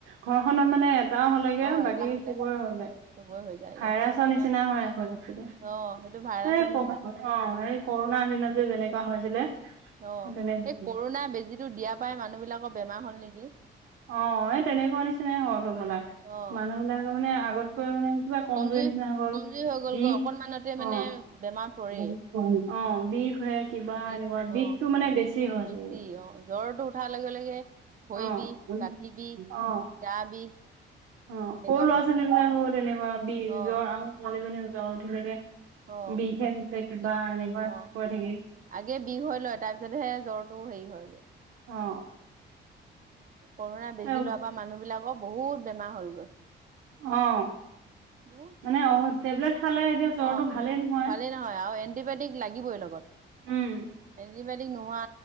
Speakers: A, on the right; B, on the right.
A: ঘৰখনত মানে এটাও হ'লেগে
B: অ
A: বাকি
B: এটা হলে
A: চবৰে হৈ যায়।
B: চবৰে হৈ যায়গৈ
A: ভাইৰাছৰ
B: সেইকাৰণে
A: নিচিনা হয় আছে বস্তুটো। সেই
B: অ সেইটো ভাইৰাছৰ নিচিনা
A: ক অ' এই ক'ৰোণাৰ দিনত যে যেনেকুৱা হৈছিলে।
B: অ
A: সেইটোনে বুজি।
B: এই ক'ৰোণা বেজিটো দিয়া পাই মানুহ বিলাকৰ বেমাৰ হ'ল নেকি
A: অ এই তেনেকুৱা নিচিনাই হ'ল হ'বলা।
B: অ
A: মানুহ মানুহবিলাক মানে আগতকৈ মানে কিবা কমজৰি
B: কমজুৰি
A: নিচিনা হ'ল,
B: কমজুৰি হৈ গ'লগৈ
A: বিষ
B: অকনমানতে মানে
A: অ'
B: বেমাৰ পৰেই
A: অ বিষ হে কিবা
B: বিষ
A: এনেকুৱা, বিষটো
B: অ
A: মানে বেছি হৈ হৈছে
B: বেছি
A: গৈ।
B: অ জ্বৰটো উঠাৰ লগে লগে ভৰি
A: অ',
B: বিষ, গাঠি বিষ,
A: অ',
B: গা বিষ
A: অ
B: তেনেকুৱা
A: সৰু ল'ৰা-ছোৱালী
B: হয়।
A: বিলাকো তেনেকুৱা বিষ
B: অ
A: জ্বৰ আমাৰ ছোৱালীজনী জ্বৰ উঠিলগে।
B: অ
A: বিষেছে কিবা
B: বিষ
A: এনেকুৱা
B: অ
A: কৈ থাকে।
B: আগে বিষ হৈ লয় তাৰপিছতহে জ্বৰটো হেৰি হয় গৈ।
A: অ'।
B: ক'ৰোণা বেজি
A: এ
B: লোৱাৰ পৰা মানুহবিলাকৰ বহুত বেমাৰ হ'ল গৈ।
A: অ'।
B: বহু
A: মানে
B: বেমাৰ
A: অ', টেবলেট খালে এতিয়া জ্বৰটো
B: অ'
A: ভালেই নহয়
B: ভালেই নহয় আৰু এণ্টিবায়টিক লাগিবই লগত।
A: উম।
B: এণ্টিবায়টিক নোহোৱা